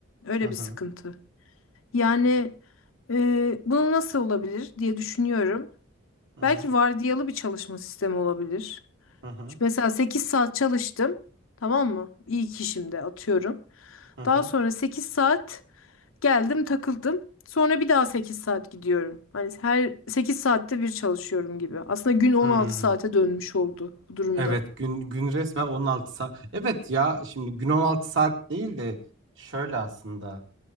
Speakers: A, on the left; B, on the right.
A: Öyle
B: Hı hı.
A: bir sıkıntı. Yani e, bunu nasıl olabilir diye düşünüyorum.
B: Hı
A: Belki
B: hı.
A: vardiyalı bir çalışma sistemi olabilir.
B: Hı hı.
A: Mesela 8 saat çalıştım. Tamam mı? İyi ki şimdi atıyorum.
B: Hı hı.
A: Daha sonra 8 saat geldim takıldım. Sonra bir daha 8 saat gidiyorum. Hani her 8 saatte bir çalışıyorum gibi. Aslında gün 16
B: Hı.
A: saate dönmüş oldu bu durumda.
B: Evet gün gün resmen 16 saat. Evet ya şimdi gün 16 saat değil de şöyle aslında.